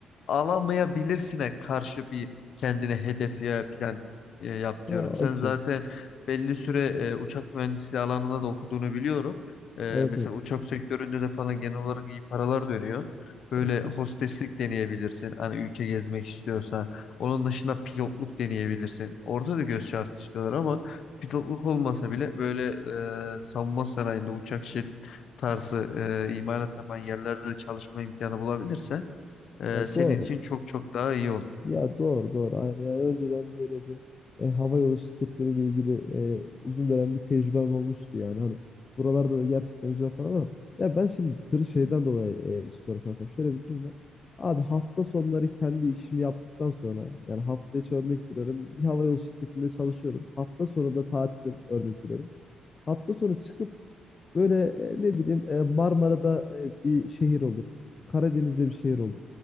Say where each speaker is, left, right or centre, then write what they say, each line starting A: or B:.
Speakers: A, on the left (about 65°); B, on the left (about 35°).
A: alamayabilirsine karşı bir kendine hedef ya plan e, yap
B: Ha
A: diyorum. Sen
B: okey.
A: zaten belli süre e, uçak mühendisliği alanında da okuduğunu biliyorum. E,
B: Evet
A: mesela
B: evet.
A: uçak sektöründe de falan genel olarak iyi paralar dönüyor. Böyle
B: Ya, kesin.
A: hosteslik deneyebilirsin. Hani ülke gezmek istiyorsa. Onun dışında pilotluk deneyebilirsin. Orada da göz şartı istiyorlar ama Pilotluk olmasa bile böyle e, savunma sanayinde uçak jet tarzı e, imalat yapan yerlerde de çalışma imkanı bulabilirse e,
B: Ya
A: senin
B: doğru.
A: için çok çok daha iyi olur.
B: Ya doğru doğru aynen. Yani önceden böyle bir e, hava yolu şirketleriyle ilgili e, uzun dönem bir tecrübem olmuştu yani. Hani buralarda da gerçekten güzel para var. ama Ya ben şimdi tır şeyden dolayı e, istiyorum kankam. Şöyle bir durum var. Abi hafta sonları kendi işimi yaptıktan sonra yani hafta içi örnek veriyorum. Bir hava yolu şirketinde çalışıyorum. Hafta sonu da tatilim örnek veriyorum. Hafta sonu çıkıp Böyle e, ne bileyim e, Marmara'da e, bir şehir olur. Karadeniz'de bir şehir olur.